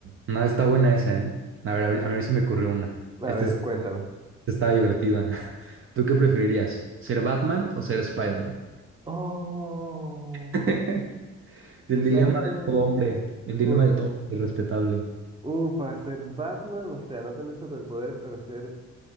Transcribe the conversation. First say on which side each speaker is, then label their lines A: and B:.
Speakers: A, on the right; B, on the right.
A: nada, está buena esa, ¿eh? A ver, a ver, a ver si me ocurrió una.
B: A
A: Esta
B: ver,
A: es-
B: cuéntame.
A: esta está divertida. <laughs> ¿Tú qué preferirías? ¿Ser Batman o ser Spider-Man?
B: Oh,
A: <laughs> Es El dilema
B: Batman.
A: de todo hombre, el dilema
B: Uf,
A: de todo hombre respetable.
B: uh, para ser Batman, o sea, no tener superpoderes, pero ser,